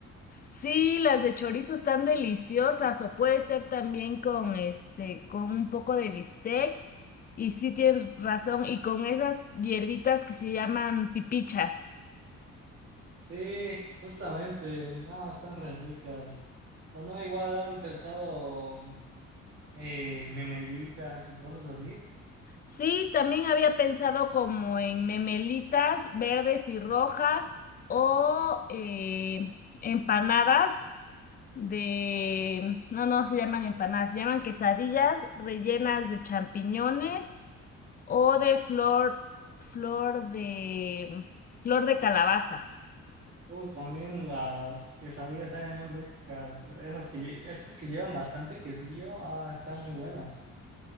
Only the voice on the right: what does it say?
Sí, justamente, no, están re ricas. O no, igual han pensado eh, memelitas y cosas así.
Uh, también las quesadillas saben muy ricas. Esas que, lle- esas que llevan bastante quesillo, ah, están muy buenas.